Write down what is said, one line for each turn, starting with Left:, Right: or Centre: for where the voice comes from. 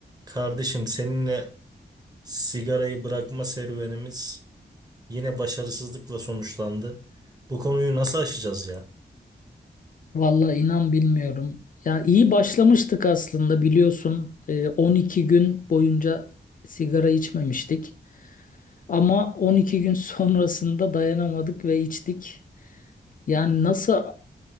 Right: Kardeşim seninle sigarayı bırakma serüvenimiz yine başarısızlıkla sonuçlandı. Bu konuyu nasıl aşacağız ya?
Left: Vallahi inan bilmiyorum. Ya iyi başlamıştık aslında biliyorsun. Ee, 12 gün boyunca sigara içmemiştik. Ama 12 gün <laughs> sonrasında dayanamadık ve içtik. Yani nasıl